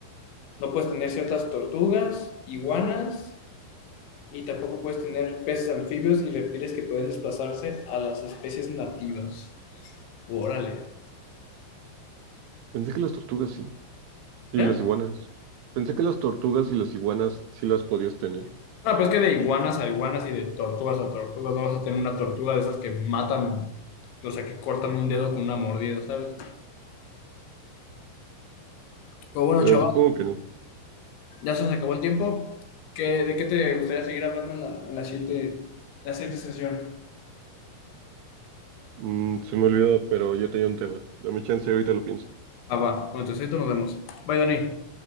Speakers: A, on the left; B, on the right.
A: No puedes tener ciertas tortugas, iguanas, y tampoco puedes tener peces anfibios y reptiles que pueden desplazarse a las especies nativas. Órale.
B: Pensé que las tortugas sí. Y
A: ¿Eh?
B: las iguanas. Pensé que las tortugas y las iguanas sí las podías tener.
A: No, pero es que de iguanas a iguanas y de tortugas a tortugas, no vas a tener una tortuga de esas que matan, o sea, que cortan un dedo con una mordida, ¿sabes? Pero bueno,
B: Eh,
A: chaval,
B: supongo que no.
A: ya se nos acabó el tiempo. ¿Qué, de qué te gustaría seguir hablando en la, en la siguiente, en la siguiente sesión?
B: Mm, se me olvidó, pero ya tenía un tema. Dame chance, ahorita lo pienso.
A: Ah, va. Bueno, entonces esto nos vemos. Bye, Dani.